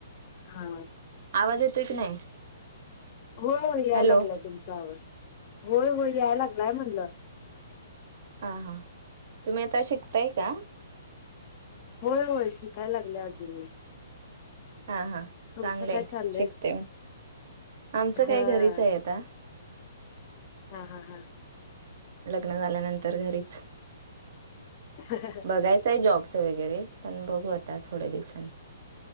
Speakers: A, on the left; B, on the right.
A: हा
B: आवाज येतोय की नाही?
A: होय होय, यायला
B: हॅलो
A: लागलाय तुमचा आवाज, होय होय, यायला लागलाय म्हणलं.
B: हा-हा, तुम्ही आता शिकताय का?
A: होय-होय, शिकाय लागल्या अजून मी.
B: हा-हा,
A: तुमचं
B: चांगलं
A: काय
B: आहे
A: चाललंय
B: शिकतेय, आमचं काय
A: हा
B: घरीच आहे आता
A: हा-हा-हा
B: लग्न झाल्यानंतर घरीच
A: <inaudible>
B: बघायचं आहे जॉबचं वगैरे पण बघू आता थोड्या दिवसांनी